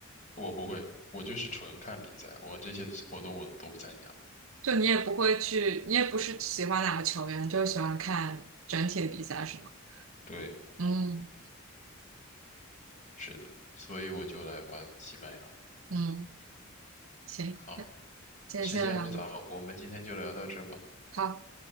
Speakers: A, on the left; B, on the right.
A: 我不会，我就是纯看比赛，我这些的活动我都不参加。
B: 就你也不会去，你也不是喜欢哪个球员，就是喜欢看整体的比赛，是吗？
A: 对。
B: 嗯
A: 是的，所以我就来吧，西班牙。
B: 嗯，行，
A: 好，
B: 今天先聊到这。
A: 时间不早，我们今天就聊到这吧。
B: 好。